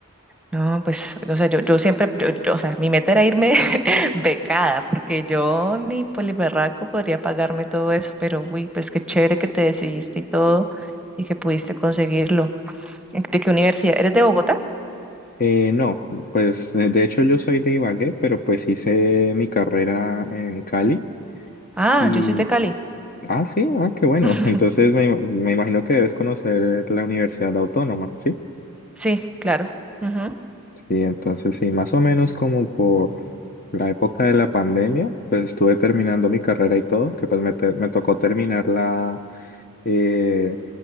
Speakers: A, in the centre; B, on the left (about 40°).
A: No, pues, o sea, yo, yo siempre, yo, yo, o sea, mi meta era irme Becada, porque yo ni poliberraco podría pagarme todo eso, pero uy, pues qué chévere que te decidiste y todo y que pudiste conseguirlo. ¿De qué universidad? ¿Eres de Bogotá?
B: Eh, no, pues eh, de hecho yo soy de Ibagué, pero pues hice mi carrera en Cali
A: Ah,
B: y...
A: yo soy de Cali.
B: Ah, sí, ah, qué bueno.
A: <laughs>
B: <laughs> Entonces me, me imagino que debes conocer la Universidad Autónoma, ¿sí?
A: Sí, claro. Ujú.
B: Sí, entonces sí, más o menos como por la época de la pandemia, pues estuve terminando mi carrera y todo, que pues me, te- me tocó terminarla eh,